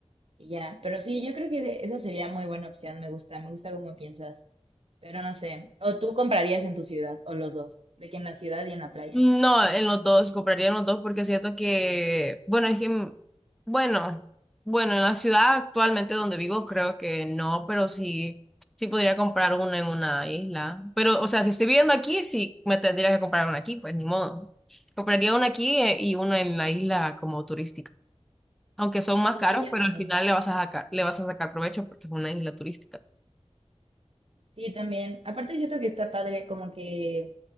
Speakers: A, on the right; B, in the centre.
A: y ya. Pero sí, yo creo que esa sería muy buena opción, me gusta, me gusta cómo piensas, pero no sé. O tú comprarías en tu ciudad, o los dos, de que en la ciudad y en la playa.
B: No, en los dos, compraría en los dos porque siento que, bueno, es que, bueno, bueno, en la ciudad actualmente donde vivo creo que no, pero sí, sí podría comprar uno en una isla. Pero, o sea, si estoy viviendo aquí, sí me tendría que comprar uno aquí, pues ni modo. Compraría uno aquí eh, y uno en la isla como turística. Aunque son más
A: Sí,
B: caros,
A: yo
B: pero
A: también.
B: al final le vas a sacar, le vas a sacar provecho porque es una isla turística.
A: Sí, también. Aparte siento que está padre, como que,